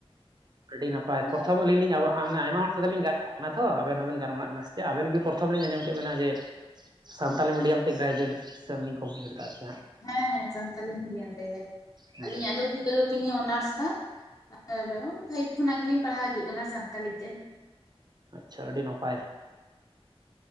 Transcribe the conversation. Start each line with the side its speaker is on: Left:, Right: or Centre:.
Right: ᱟᱹᱰᱤ ᱱᱟᱯᱟᱭ
Left: ᱦᱮᱸ
Right: ᱯᱨᱚᱛᱷᱚᱢ ᱟᱹᱞᱤᱧ ᱞᱤᱧ ᱨᱚᱼᱟᱼᱟᱢᱼᱢᱟᱱᱮ ᱟᱭᱢᱟ ᱦᱚᱲ ᱥᱚᱛᱮ ᱞᱤᱧ ᱜᱟᱨ ᱠᱟᱱᱟ ᱛᱷᱚ ᱟᱵᱮᱱ ᱦᱚᱸ ᱵᱮᱱ ᱜᱟᱨᱢᱟᱨᱟᱜ ᱠᱟᱱᱟ ᱥᱮ ᱪᱮᱜ ᱟᱵᱮᱱᱜᱮ ᱯᱨᱚᱛᱷᱚᱢ ᱞᱤᱧ ᱟᱸᱡᱚᱢ ᱠᱮᱫ ᱵᱮᱱᱟ ᱡᱮ ᱥᱟᱱᱛᱟᱞᱤ ᱢᱤᱰᱤᱭᱟᱢ ᱛᱮ ᱜᱨᱮᱡ ᱡᱮᱱᱤᱥ ᱥᱮᱱᱞᱤᱧ ᱠᱚᱢᱯᱞᱤᱴ ᱫᱟ
Left: ᱦᱮᱸ ᱦᱮᱸ ᱥᱟᱱᱛᱟᱞᱤ ᱢᱤᱰᱤᱭᱟᱱ ᱛᱮᱜᱮ
Right: ᱦᱮᱸ
Left: ᱟᱹᱞᱤᱧᱟᱜ ᱫᱚ ᱯᱷᱤᱞᱳᱡᱚᱯᱷᱤ ᱚᱱᱟᱨᱥ ᱮᱫᱟ ᱟᱨ ᱯᱷᱟᱭᱤᱵᱽ ᱠᱷᱚᱱᱟᱜ ᱜᱮᱞᱤᱧ ᱯᱟᱲᱦᱟᱣ ᱦᱤᱡᱩᱜ ᱠᱟᱱᱟ ᱥᱟᱱᱛᱟᱞᱤ ᱛᱮ
Right: ᱟᱪᱷᱟ ᱟᱹᱰᱤ ᱱᱟᱯᱟᱭ